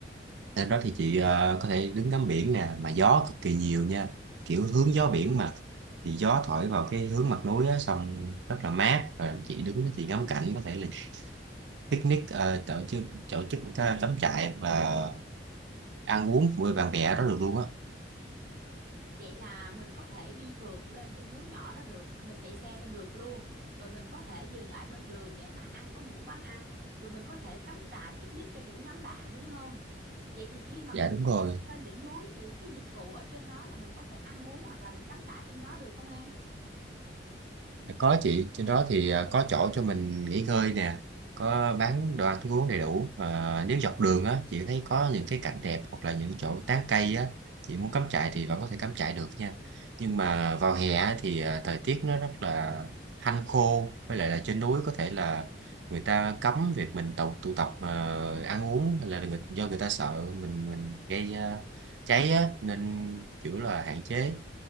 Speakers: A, on the right (about 70°); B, on the right (about 50°).
A: trên đó thì chị ờ, có thể đứng ngắm biển nè mà gió cực kỳ nhiều nha kiểu hướng gió biển mà thì gió thổi vào cái hướng mặt núi á, xong rất là mát và chị đứng đó chị ngắm cảnh có thể là picnic ờ, tổ chức tổ chức ờ, cắm trại và ăn uống với bạn bè đó được luôn á
B: Vậy là mình có thể đi phượt lên trên núi nhỏ đó được, mình chạy xe lên được luôn. Rồi mình có thể dừng lại bên đường để mà ăn có những quán ăn, rồi mình có thể cắm trại picnic cho những nhóm bạn đúng không? Vậy thì khi mà
A: Dạ
B: mình
A: đúng rồi,
B: lên đỉnh núi thì cái dịch vụ ở trên đó là mình có thể ăn uống hoặc là mình cắm trại trên đó được không em
A: có chị, trên đó thì à, có chỗ cho mình nghỉ ngơi nè, có bán đồ ăn thức uống đầy đủ. Và nếu dọc đường á, chị thấy có những cái cảnh đẹp hoặc là những chỗ tán cây á, chị muốn cắm trại thì vẫn có thể cắm trại được nha. Nhưng mà vào hè á, thì à, thời tiết nó rất là hanh khô, với lại là trên núi có thể là người ta cấm việc mình tụ, tụ tập mà ăn uống hay là người, do người ta sợ mình mình gây à, cháy á, nên kiểu là hạn chế